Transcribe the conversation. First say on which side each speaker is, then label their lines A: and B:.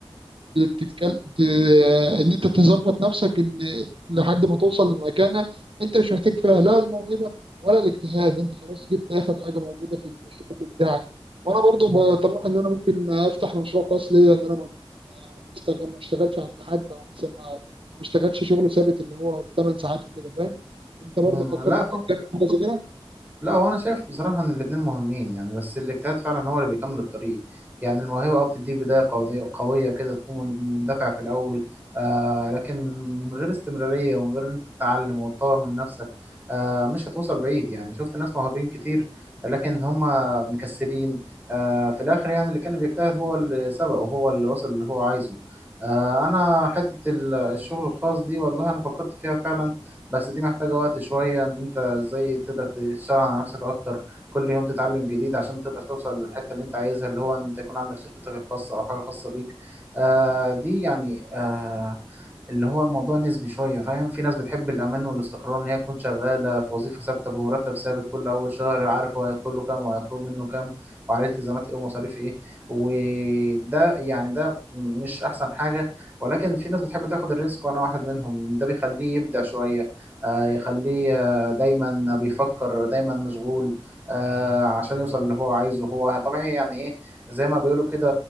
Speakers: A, on the right (about 65°); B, on the right (about 20°).
A: تتكل... ت... ان انت تظبط نفسك ان لحد ما توصل لمكانه انت مش محتاج فيها لا الموهبه ولا الاجتهاد انت خلاص جبت اخر حاجه موجوده في في الشغل بتاعك وانا برضو
B: امم
A: بطمح ان انا ممكن افتح مشروع خاص ليا ان انا ما ما بشتغل ما اشتغلش عند حد او مثلا ما ما اشتغلش شغل ثابت اللي هو 8 ساعات وكده فاهم انت برضو
B: مم،
A: فكرت
B: لا
A: انك
B: هو
A: تعمل حاجه زي كده
B: لا هو انا شايف بصراحه ان الاثنين مهمين يعني بس الاجتهاد فعلا هو اللي بيكمل الطريق يعني الموهبه اه بتديك بدايه قويه قويه كده تكون من- مندفع في الاول آه لكن من من غير استمراريه ومن غير ان انت تتعلم وتطور من نفسك آه مش هتوصل بعيد يعني شفت ناس موهوبين كتير لكن هم مكسلين آه في الاخر يعني اللي كان بيجتهد هو اللي سبق وهو اللي وصل اللي هو عايزه آه انا حته ال- الشغل الخاص دي والله انا فكرت فيها فعلا بس دي محتاجة وقت شوية ان انت ازاي تقدر تشتغل على نفسك اكتر كل يوم تتعلم جديد عشان تقدر توصل للحتة اللي انت عايزها اللي هو انت يكون عندك شركتك الخاصة او حاجة خاصة بيك آه دي يعني آه اللي هو الموضوع نسبي شوية فاهم في ناس بتحب الأمان والاستقرار إن هي تكون شغالة في وظيفة ثابتة بمرتب ثابت كل أول شهر عارف هو هيدخل له كام وهيخرج منه كام وعليه التزامات إيه ومصاريف إيه وده يعني ده مش أحسن حاجة ولكن في ناس بتحب تاخد الريسك وأنا واحد منهم ده بيخليه يبدع شوية آه، يخليه آه، دايما بيفكر دايما مشغول آه، عشان يوصل اللي هو عايزه هو طبيعي يعني ايه زي ما بيقولوا كده